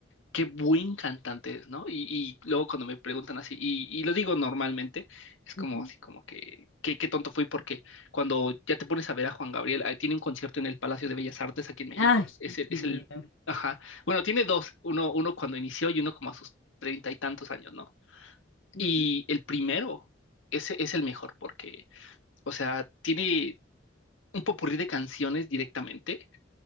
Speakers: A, on the left; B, on the left.
A: qué buen cantante es, ¿no? Y, y luego cuando me preguntan así, y, y lo digo normalmente, es como
B: Ujú.
A: así, como que, qué, qué tonto fui, porque cuando ya te pones a ver a Juan Gabriel, ah, tiene un concierto en el Palacio de Bellas Artes aquí en México,
B: Ay,
A: es el,
B: divino.
A: es el, ajá, bueno, tiene dos, uno, uno cuando inició y uno como a sus treinta y tantos años, ¿no?
B: Ujú.
A: Y el primero, ese es el mejor porque, o sea, tiene un popurrí de canciones directamente,